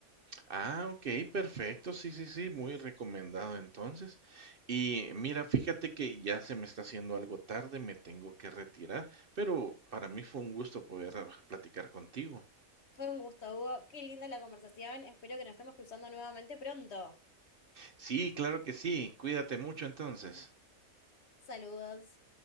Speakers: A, on the right; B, on the left.
A: Ah, ok, perfecto, sí, sí, sí, muy recomendado entonces. Y mira, fíjate que ya se me está haciendo algo tarde, me tengo que retirar, pero para mí fue un gusto poder ah, platicar contigo.
B: Fue un gusto, Hugo. Qué linda la conversación. Espero que nos estemos cruzando nuevamente pronto.
A: Sí, claro que sí, cuídate mucho entonces.
B: Saludos.